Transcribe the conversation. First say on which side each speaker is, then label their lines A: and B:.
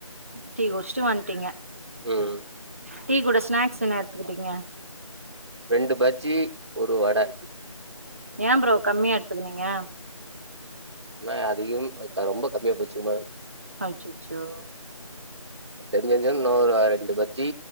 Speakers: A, on the right (about 25°); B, on the right (about 50°).
A: டீகொடிச்சுட்டு வன்ட்டீங்க
B: ம்
A: டீ கூட ஸ்நாக்ஸ் என்ன எடுத்துக்கிட்டீங்க
B: ரெண்டு பஜ்ஜி ஒரு வடை
A: ஏ ப்ரோ கம்மியா எடுத்துக்குனீங்க
B: என்ன அதிகம் ரொம்ப கம்மியா போச்சுக்க மேம்
A: அச்சச்சோ
B: தெரிஞ்சிருந்த இன்னொரு ரெண்டு பஜ்ஜி